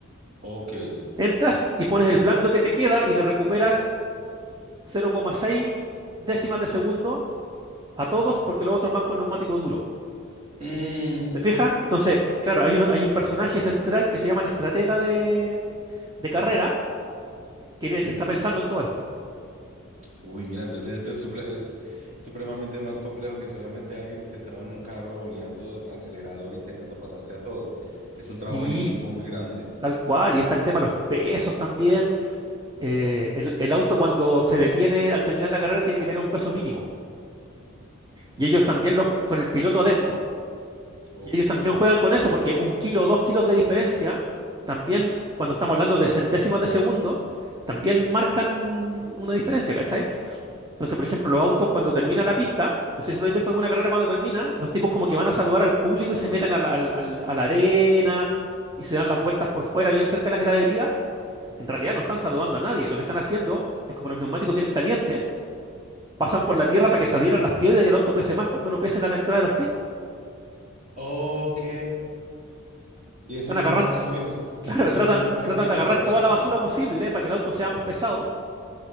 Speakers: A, on the right; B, on the right.
A: Ok.
B: Entras y pones el blando que te queda y le recuperas 0,6 décimas de segundo a todos porque los otros van con neumático duro.
A: Mm,
B: ¿Te fijas? Entonces, claro, hay un, hay un personaje central que se llama el estratega de, de carrera, que es
A: sí.
B: el que está pensando en todo esto.
A: Uy, mira, entonces esto es, suple- es supremamente más complejo que solamente alguien sentado en un carro aboleando acelerador intentando pasarse a todos.
B: Sí,
A: Es un trabajo en equipo
B: bu,
A: muy grande.
B: tal cual. Y está el tema de los pesos también. eh, el, el auto cuando se detiene al terminar la carrera tiene que tener un peso mínimo. Y ellos también lo, ju- con el piloto adentro.
A: Ok,
B: Y ellos también juegan con eso, porque un kilo o dos kilos de diferencia, también cuando estamos hablando de centésimas de segundo, también marcan una diferencia, ¿cachai? Entonces, por ejemplo, los autos cuando termina la pista, no sé si habéis visto alguna carrera cuando termina, los tipos como que van a saludar al público y se meten a la, al- al- a la arena y se dan las vueltas por fuera, bien cerca de las graderías. En realidad no están saludando
A: sí.
B: a nadie. Lo que están haciendo es como los neumáticos vienen calientes, pasan por la tierra para que se adhieran las piedras y el auto pese más cuando lo pesen a la entrada de los pits.
A: Ok. Y eso
B: Están
A: no
B: agarrando,
A: es una práctica,
B: <laughs>
A: <laughs>
B: claro,
A: y eso
B: tratan,
A: no es una práctica
B: tratan de agarrar
A: ilegal.
B: toda la basura posible para que el auto sea más pesado,